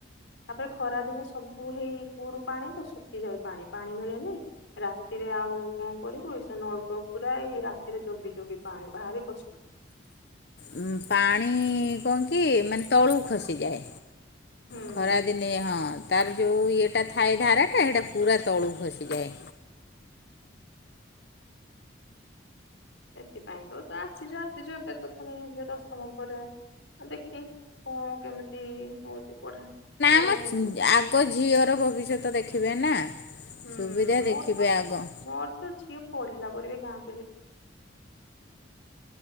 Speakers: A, on the left (about 80°); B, on the left (about 60°).
A: ତାପରେ ଖରା ଦିନେ ସବୁ ହେଇ କୂଅରୁ ପାଣି ତ ଶୁଖିଯାଏ ପାଣି ପାଣି ମିଳେନି ରାତିରେ ଆଉ କଣ କରିବୁ ସେ ନଳକ ପୁର ଏ ରାତିରେ ଜଗି ଜଗି ପାଣି ବାହାରି କଷ୍ଟ।
B: ଉ ପାଣି କଣ କି ମାନେ ତଳୁକୁ ଖସିଯାଏ।
A: ହୁଁ।
B: ଖରାଦିନେ ହଁ। ତାର ଯୋଉ ଇଏଟା ଥାଏ ଧାରା ଟା ସେଇଟା ପୁରା ତଳୁ ଖସିଯାଏ।
A: ସେଥିପାଇଁ ତ ଆସିଛୁ, ଆସିଛୁ, ଏବେ ତ ପୁଣି ଯ ଦଶତମ ପରେ ଦେଖି କଣ କେମିତି ହଉଛି ପଢା ଏଠି
B: ଆମ
A: ରହିବି
B: ଆଗ ଝିଅର ଭବିଷ୍ୟତ ଦେଖିବେ ନା?
A: ହୁଁ
B: ସୁବିଧା
A: ମୋର
B: ଦେଖିବେ
A: ତ
B: ଆଗ
A: ମୋର ତ ଝିଅ ପଢିଲା ପରେ ବି ଯିବା